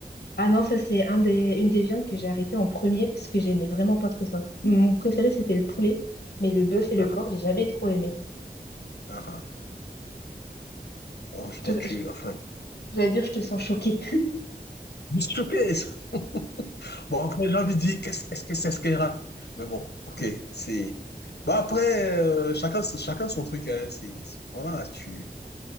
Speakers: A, on the left; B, on the left.
A: Ah non, ça c'est un des, une des viandes que j'ai arrêté en premier parce que j'aimais vraiment pas trop ça. Mon préféré c'était le poulet, mais le bœuf et le
B: Ah,
A: porc j'ai jamais trop aimé.
B: ah. ah. Oh, je
A: Je
B: crois
A: te-
B: que tu...
A: je-
B: Enfin,
A: J'allais dire je te sens choquée.
B: Je suis choqué. <laughs> bon, après, j'ai envie de dire, qu'est-ce qu'est-ce que c'est ce qu'elle rate? Mais bon, ok, c'est. Bon, après, euh, chacun, chacun son truc, hein. C'est, c'est- voilà, tu.